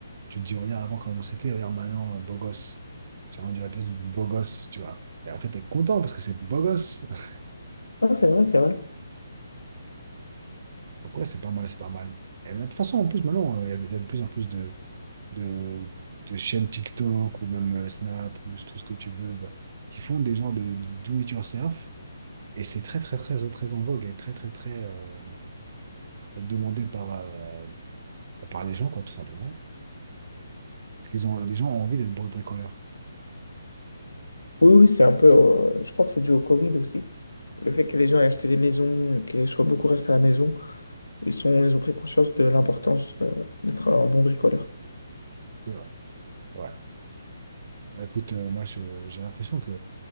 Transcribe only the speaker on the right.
Tu te dis, regarde avant comment c'était, regarde maintenant, euh, beau gosse. C'est rendu la pièce beau gosse, tu vois. Et après, t'es content parce que c'est beau gosse. <laughs>
Donc ouais, c'est pas mal, c'est pas mal. Et mais de toute façon, en plus, maintenant, euh, il y, a de il y a de plus en plus de, de, de chaînes TikTok ou même euh, Snap ou tout ce que tu veux, bah, qui font des genres de, de do it yourself. Et c'est très, très, très, très en vogue et très, très, très euh, demandé par, euh, par les gens, quoi, tout simplement. Parce qu'ils ont, les gens ont envie d'être bro- bricoleurs.
C'est vrai. C'est vrai. Bah, Écoute, euh, moi, je- j'ai l'impression que